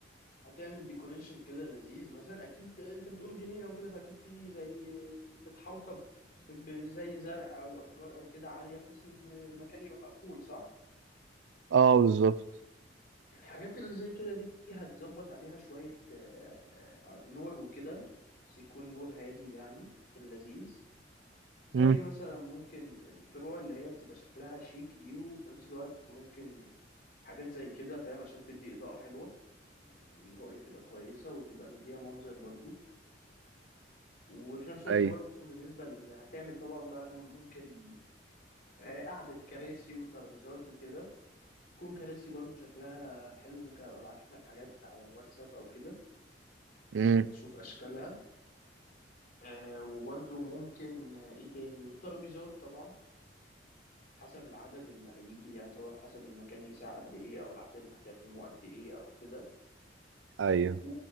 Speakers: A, on the left (about 50°); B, on the right (about 75°).
A: هتعمل ديكوريشن كده لذيذ مثلا اكيد انت بتقول جنينه وكده فاكيد في زي متحوطه ب- بزي زرع او اشجار او كده عاليه بحيث ان المكان يبقى مقفول صح
B: اه بالظبط
A: الحاجات اللي زي كده دي هتظبط عليها شويه آه، آه، نور وكده بس يكون نور هادي يعني في اللذيذ زي
B: امم
A: مثلا ممكن الفروع اللي هي بتبقى شكلها شيك دي وفي نفس الوقت ممكن حاجات زي كده فاهم عشان تدي إضاءة حلوة والرؤية تبقى كويسة وتبقى مديها منظر برضو وفي نفس الوقت
B: اي
A: برضه بالنسبة ل- هتعمل طبعا بقى ممكن آه، قعدة كراسي وترابيزات وكده تكون كراسي برضه شكلها حلو ممكن ابقى ابعت لك حاجات على الواتساب او كده
B: امم
A: تشوف اشكالها آه، وبرضه ممكن آه، ايه تاني والترابيزات طبعا حسب العدد اللي هيجي يعني طبعا حسب المكان يساع قد ايه او العدد اللي هتعزموه قد ايه او كده
B: ايوه
A: و...